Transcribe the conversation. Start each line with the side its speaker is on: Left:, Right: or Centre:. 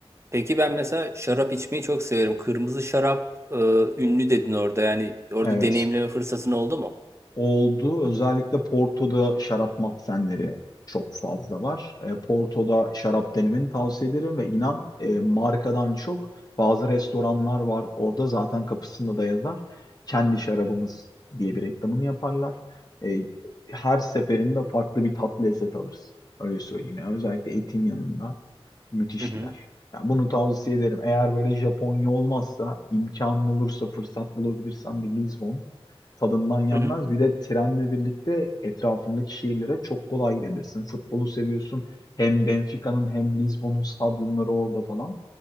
Right: peki ben mesela şarap içmeyi çok severim. Kırmızı şarap e, ünlü dedin orada yani orada
Left: Evet.
Right: deneyimleme fırsatın oldu mu?
Left: oldu. Özellikle Porto'da şarap mahzenleri çok fazla var. E, Porto'da şarap denemeni tavsiye ederim ve inan e, markadan çok bazı restoranlar var. Orada zaten kapısında da yazar. Kendi şarabımız diye bir reklamını yaparlar. E, her seferinde farklı bir tat lezzet alırız. Öyle söyleyeyim. Yani özellikle etin yanında. Müthiş
Right: Hı hı.
Left: gider. Ya bunu tavsiye ederim. Eğer böyle Japonya olmazsa, imkanın olursa, fırsat bulabilirsen bir Lizbon tadından yenmez.
Right: Hı hı.
Left: Bir de trenle birlikte etrafındaki şehirlere çok kolay gidebilirsin. Futbolu seviyorsun. Hem Benfica'nın hem Lizbon'un stadyumları orada falan.